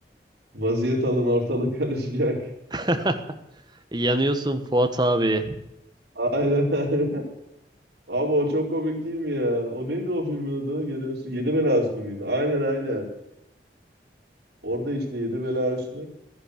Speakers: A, on the right; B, on the right.
A: Vaziyet alın ortalık karışacak.
B: <laughs> Yanıyorsun Fuat abi.
A: <laughs> Aynen aynen. Abi o çok komik değil mi ya? O neydi o filmin adı? Yanıyorsun. Yedi Bela Hüsnü müydü? Aynen aynen. Orada işte Yedi Bela Hüsnü.